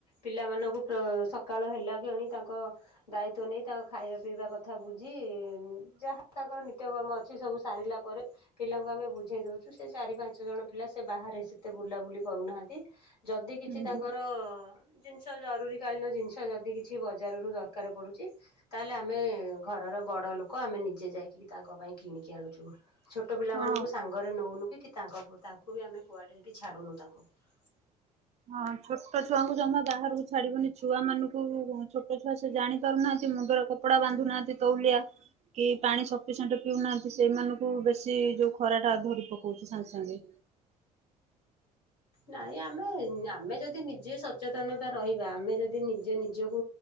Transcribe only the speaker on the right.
ହୁଁ
ହୁଁ
ହଁ।
ହଁ ଛୋଟ ଛୁଆଙ୍କୁ ଜମା ବାହାରକୁ ଛାଡିବନି ଛୁଆ ମାନଙ୍କୁଉ ଛୋଟ ଛୁଆ ଜାଣି ପାରୁନାହାନ୍ତି ମୁଗର କ କପଡା ବାନ୍ଧୁନାହାନ୍ତି ତଉଲିଆ କି ପାଣି ସଫିସିଏଣ୍ଟ ପିଉନାହାନ୍ତି। ସେଇମାନଙ୍କୁ ବେଶୀ ଯୋଉ ଖରା ଟା ଧରି ପକଉଚି ସାଙ୍ଗେ ସାଙ୍ଗେ।